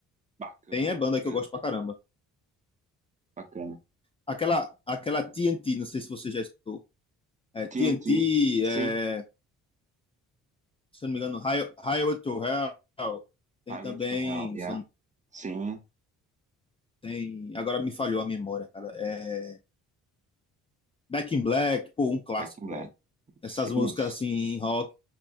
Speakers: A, on the right (about 25°); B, on the left (about 20°).
A: Bacana,
B: tem é banda
A: bacana,
B: que eu gosto
A: cara.
B: pra caramba.
A: bacana.
B: Aquela, aquela TNT, não sei se você já escutou. É, TNT,
A: TNT,
B: é,
A: sim.
B: se eu não me engano, High- Highway to Hell. Tem
A: Highway
B: também,
A: to Hell, yeah.
B: se eu não,
A: Sim.
B: tem, agora me falhou a memória, cara. É, Back in Black, pô, um clássico,
A: Back in Black.
B: velho. essas
A: Sim,
B: músicas assim, rock.